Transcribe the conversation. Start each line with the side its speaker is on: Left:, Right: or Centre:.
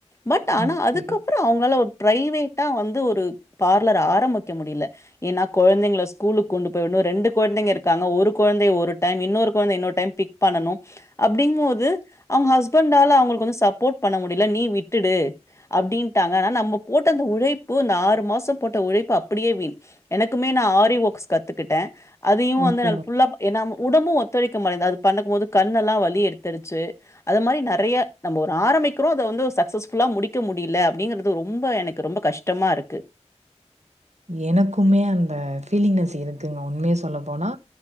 Left: பட் ஆனா
Right: ஓகே.
Left: அதுக்கப்றோ அவுங்களால ஒரு பிரைவேட்டா வந்து ஒரு பார்லர் ஆரம்பிக்க முடியல ஏனா கொழந்தைங்கள ஸ்கூலுக்கு கொண்டு போய்விடுனு ரெண்டு கொந்தைங்க இருக்காங்க ஒரு கொழந்த ஒரு டைம் இன்னொரு கொழந்த இன்னொரு டைம் பிக் பண்ணனு அப்டிங்போது அவுங்க ஹஸ்பண்டால அவுங்களுக்கு வந்து சப்போர்ட் பண்ண முடியல நீ விட்டுடு அப்டின்ட்டாங்க ஆனா நம்ம போட்ட அந்த உழைப்பு இந்த ஆறு மாசோ போட்ட உழைப்பு அப்டியே வீண் எனக்குமே நா ஆரி ஒக்ஸ் கத்துக்கிட்டே அதையு
Right: ஓகே,
Left: வந்து நா
Right: ஓகே.
Left: ஃபுல்லா ஏனா ம் உடம்பு ஒத்துழைக்க மாட்டேங்குது அது பண்ணக்கும்போது கண்ணல்லா வலி எடுத்துடுச்சு அது மாரி நெறைய நம்ம ஒரு ஆரம்பிக்கிறோ அத வந்து சக்சஸ் ஃபுல்லா முடிக்க முடில அப்டிங்கறது ரொம்ப எனக்கு ரொம்ப கஷ் டமா இருக்கு
Right: எனக்குமே அந்த ஃபீலிங்னஸ் இருக்குங்க உண்மைய சொல்ல போனா